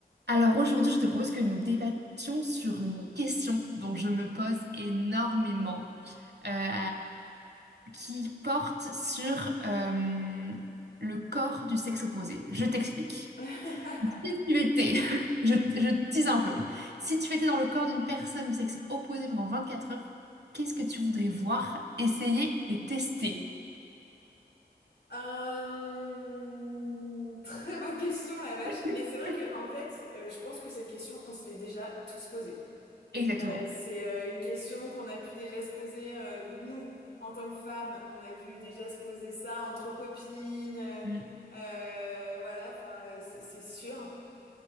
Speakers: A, on the right; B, on the left.
A: Alors aujourd'hui, je te propose que nous débattions sur une question dont je me pose énormément, euh, qui porte sur euh, le corps du sexe opposé. Je t'explique.
B: <laughs>
A: Si tu étais, <laughs> je, je tease un peu, si tu étais dans le corps d'une personne du sexe opposé pendant 24 heures, qu'est-ce que tu voudrais voir, essayer et tester?
B: Euh, très bonne question, la vache.
A: <laughs>
B: Mais c'est vrai que en fait, euh, je pense que cette question, on se l'est déjà tous posée.
A: Exactement.
B: Euh, c'est euh, une question qu'on a pu déjà se poser. euh, donc nous, en tant que femmes, on a dû déjà se poser ça entre copines. euh,
A: Mm.
B: euh, voilà, enfin, euh, c'est c'est sûr.